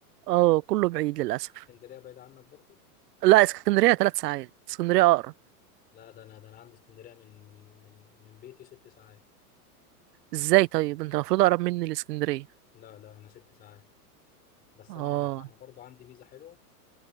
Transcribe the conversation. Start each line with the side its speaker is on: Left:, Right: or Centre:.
Right: اه كله بعيد للاسف
Left: اسكندرية بعيد عنك برضو
Right: لا اسكندريه ثلاث ساعات اسكندريه اقرب
Left: لا ده انا ده انا عندي اسكندرية من من من من بيتي ست ساعات
Right: ازاي طيب انت المفروض اقرب مني لاسكندريه
Left: لا لا انا ست ساعات بس
Right: اه
Left: انا انا انا برضو عندي ميزة حلوة